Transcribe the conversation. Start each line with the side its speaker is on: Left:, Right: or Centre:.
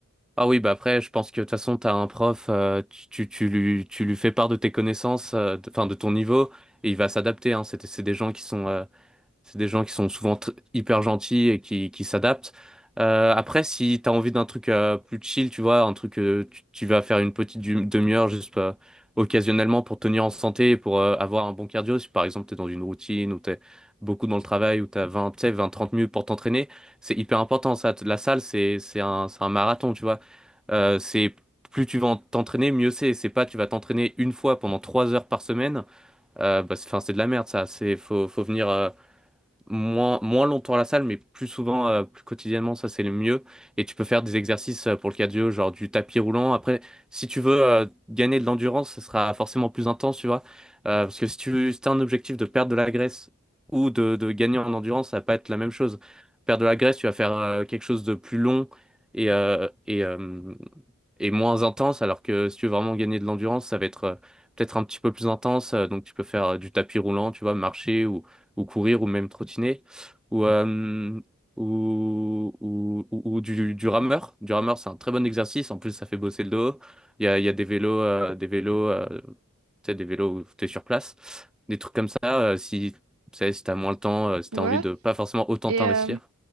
Centre: Ah oui, bah après, je pense que de toute façon, tu as un prof, euh, tu, tu, tu lui, tu lui fais part de tes connaissances, euh, de- enfin de ton niveau, et il va s'adapter. hein. C'est c'est des gens qui sont, euh, C'est des gens qui sont souvent tr- hyper gentils et qui, qui s'adaptent. Euh, après, si t'as envie d'un truc euh, plus chill, tu vois, un truc euh, tu, tu vas faire une petite du- demi-heure juste euh, occasionnellement pour tenir en santé et pour euh, avoir un bon cardio, si par exemple t'es dans une routine ou t'es beaucoup dans le travail ou t'as 20, tu sais, 20, 30 minutes pour t'entraîner, c'est hyper important ça. La salle, c'est, c'est un, c'est un marathon, tu vois. Euh, c'est plus tu vas en- t'entraîner, mieux c'est. C'est pas tu vas t'entraîner une fois pendant 3 heures par semaine. Euh, bah, c'est, 'fin, c'est de la merde ça. C'est, faut, faut venir. euh, moins, moins longtemps à la salle, mais plus souvent, euh, plus quotidiennement, ça c'est le mieux. Et tu peux faire des exercices euh, pour le cardio, genre du tapis roulant. Après, si tu veux euh, gagner de l'endurance, ce sera forcément plus intense, tu vois. Euh, parce que si tu as un objectif de perdre de la graisse ou de, de gagner en endurance, ça va pas être la même chose. Perdre de la graisse, tu vas faire euh, quelque chose de plus long et, euh, et, euh, et moins intense, alors que si tu veux vraiment gagner de l'endurance, ça va être euh, peut-être un petit peu plus intense. Euh, donc tu peux faire euh, du tapis roulant, tu vois, marcher ou ou courir, ou même trottiner, ou, euh, ou, ou, ou- ou du, du rameur. Du rameur, c'est un très bon exercice. En plus, ça fait bosser le dos. Il y a, il y a des vélos, euh, des vélos, euh, tu sais, des vélos où tu es sur place. Des trucs comme ça, euh, si, tu sais, si t'as moins le temps, euh, si t'as
Right: Ouais.
Centre: envie de pas forcément autant
Right: Et
Centre: t'investir.
Right: euh,